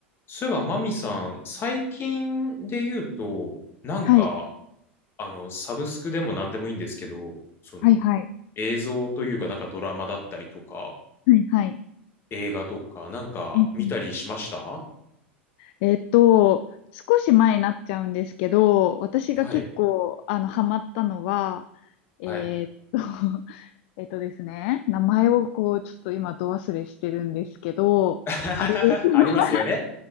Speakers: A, on the left (about 35°); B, on the left (about 60°).
A: そういえば、マミさん、最近で言うと、なんか、
B: はい。
A: あの、サブスクでも何でもいいんですけど、その、
B: はいはい。
A: 映像というか、なんかドラマだったりとか、
B: はいはい。
A: 映画とか、なんか見たりしました
B: うんうんえっと、少し前になっちゃうんですけど、私が結構、
A: はい、
B: あの、ハマったのは、えっと、
A: はい。
B: <laughs> えっとですね、名前をこう、ちょっと今、ど忘れしてるんですけど、
A: <laughs>
B: あれです。<laughs>
A: ありますよね。